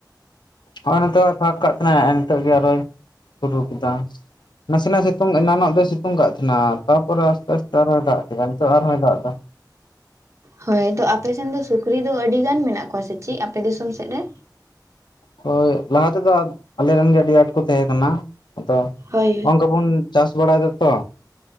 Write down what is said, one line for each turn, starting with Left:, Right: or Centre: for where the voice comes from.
Left: ᱦᱸᱚᱜᱼᱚᱭ ᱱᱚᱛᱮ ᱦᱚᱸ ᱯᱷᱟᱸᱠ ᱠᱟᱜ ᱛᱟᱦᱮᱸᱱᱟ ᱱᱤᱛᱟᱹᱜ ᱜᱮ ᱟᱨᱚᱭ ᱥᱩᱨᱩ ᱠᱮᱫᱟ ᱱᱟᱥᱮ ᱱᱟᱥᱮ ᱥᱤᱛᱩᱝ ᱮᱱᱟᱱᱚᱜ ᱫᱚᱭ ᱥᱤᱛᱩᱝ ᱠᱟᱜ ᱛᱟᱸᱦᱮᱱᱟ ᱛᱟᱯᱚᱨᱮ ᱟᱥᱛᱮ ᱟᱥᱛᱮ ᱟᱨᱦᱚᱸᱭ ᱫᱟᱜ ᱠᱮᱫᱟ ᱱᱤᱛᱟᱹᱜ ᱟᱨᱦᱚᱸᱭ ᱫᱟᱜ ᱫᱟ ᱾
Right: ᱦᱳᱭ ᱫᱚ ᱟᱯᱮᱥᱮᱱ ᱫᱚ ᱥᱩᱠᱨᱤ ᱫᱚ ᱟᱹᱰᱤ ᱜᱟᱱ ᱢᱮᱱᱟᱜ ᱠᱚᱣᱟ ᱥᱮ ᱪᱮᱫ ᱟᱯᱮ ᱫᱤᱥᱟᱹᱢ ᱥᱮᱫ ᱨᱮ?
Left: ᱦᱳᱭ ᱞᱟᱦᱟ ᱛᱮᱫᱚ ᱟᱞᱮᱨᱮᱱ ᱜᱮ ᱟᱹᱰᱤ ᱟᱸᱴ ᱠᱚ ᱛᱟᱦᱮᱸ ᱠᱟᱱᱟ ᱟᱫᱚ
Right: ᱦᱳᱭ
Left: ᱱᱚᱜᱠᱟᱵᱚᱱ ᱪᱟᱥ ᱵᱟᱲᱟᱭ ᱫᱟᱛᱚ